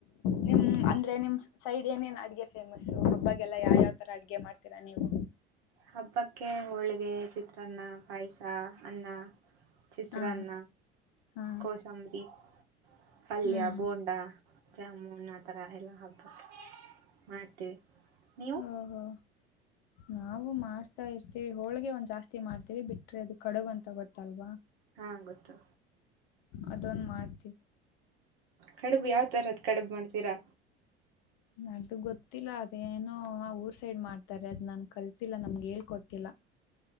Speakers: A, on the left; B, on the right.
A: ನಿಮ್ ಅಂದ್ರೆ ನಿಮ್ಮ್ ಸೈಡ್ ಏನೇನು ಅಡುಗೆ ಫೇಮಸ್ಸು ಹಬ್ಬಗೆಲ್ಲ ಯಾವ ಯಾವ ತರ ಅಡುಗೆ ಮಾಡ್ತೀರಾ ನೀವು
B: ಹಬ್ಬಕ್ಕೆ ಹೋಳಿಗೆ ಚಿತ್ರಾನ್ನ ಪಾಯಸ ಅನ್ನ ಚಿತ್ರಾನ್ನ
A: ಹಾ ಹಾ
B: ಕೋಸಂಬರಿ ಪಲ್ಯ
A: ಹ್ಮ್
B: ಬೋಂಡಾ ಜಾಮೂನ್ ಆತರ ಎಲ್ಲ ಹಬ್ಬಕೆ ಮಾಡ್ತೀವಿ. ನೀವು
A: ಓಹೋ ನಾವು ಮಾಡ ಮಾಡ್ತಾ ಇರ್ತೀವಿ ಹೋಳಗೆ ಒಂದ್ ಜಾಸ್ತಿ ಮಾಡ್ತೀವಿ ಬಿಟ್ರೆ ಅದು ಕಡುಬ ಅಂತ ಗೊತ್ತಲ್ವಾ
B: ಹಾ ಗೊತ್ತು
A: ಅದೊಂದ ಮಾಡ್
B: ಕಡುಬು ಯಾವತರದ ಕಡುಬು ಮಾಡ್ತೀರಾ.
A: ಅದು ಗೊತ್ತಿಲ್ಲ ಅದೇನೋ ಊರ್ ಸೈಡ್ ಮಾಡ್ತಾರೆ ಅದ್ ನನ್ ಕಲ್ತಿಲ್ಲಾ ನಮ್ಗೆ ಹೇಳ್ಕೊಟ್ಟಿಲ್ಲ.